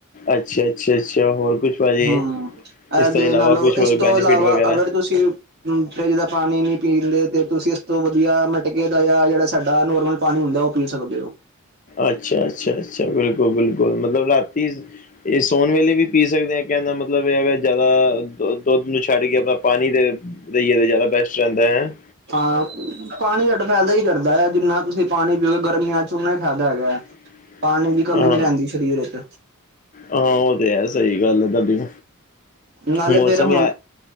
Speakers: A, on the left; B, on the right.
A: ਅੱਛਾ ਅੱਛਾ ਅੱਛਾ ਹੋਰ ਕੁਛ ਭਾਜੀ
B: ਹੂੰ, ਇਹਦੇ
A: ਇਸ ਤੋਂ ਇਲਾਵਾ
B: ਨਾਲੋਂ
A: ਕੁਛ ਹੋਰ
B: ਇਸ ਤੋਂ
A: ਬੈਨੀਫਿਟ
B: ਇਲਾਵਾ
A: ਵਗੈਰਾ
B: ਅਗਰ। ਤੁਸੀਂ। ਹੂੰ ਫਰਿਜ ਦਾ ਪਾਣੀ ਨੀ ਪੀ ਦਿੰਦੇ ਤੇ ਤੁਸੀਂ ਇਸ ਤੋਂ ਵਧੀਆ ਮਟਕੇ ਦਾ ਜਾਂ ਜਿਹੜਾ ਸਾਡਾ ਨੋਰਮਲ ਪਾਣੀ ਹੁੰਦਾ ਉਹ। ਪੀ ਸਕਦੇ ਹੋ।
A: ਅੱਛਾ, ਅੱਛਾ, ਅੱਛਾ, ਬਿਲਕੁਲ- ਬਿਲਕੁਲ ਮਤਲਬ ਰਾਤੀ। ਇਹ ਸੌਣ ਵੇਲੇ ਵੀ ਪੀ ਸਕਦੇ ਹਾਂ, ਕਹਿੰਦਾ ਮਤਲਬ ਇਹ ਹੈਗਾ ਜ਼ਿਆਦਾ ਦੁੱਧ ਨੂੰ ਛੱਡ ਕੇ ਆਪਣਾ ਪਾਣੀ ਦੇ। ਲਈਏ ਦਾ ਜ਼ਿਆਦਾ ਬੈਸਟ ਰਹਿੰਦਾ ਹੈ।
B: ਹਾਂ, ਪਾਣੀ ਸਾਡਾ ਫਾਇਦਾ ਹੀ ਕਰਦਾ ਹੈ। ਜਿੰਨਾ ਤੁਸੀਂ ਪਾਣੀ ਪੀਓਗੇ ਗਰਮੀਆਂ 'ਚ ਓਨਾ ਹੀ ਫਾਇਦਾ ਹੈਗਾ ਹੈ।
A: <inaudible>
B: ਪਾਣੀ ਦੀ ਕਮੀ
A: ਹਾਂ
B: ਨੀ ਰਹਿੰਦੀ ਸਰੀਰ ਵਿੱਚ।
A: ਹਾਂ ਉਹ ਤੇ ਹੈ ਸਹੀ ਗੱਲ ਤੁਹਾਡੀ।
B: ਨਾਲੇ
A: ਮੌਸਮ
B: ਫੇਰ ਹੁਣ
A: ਹੀ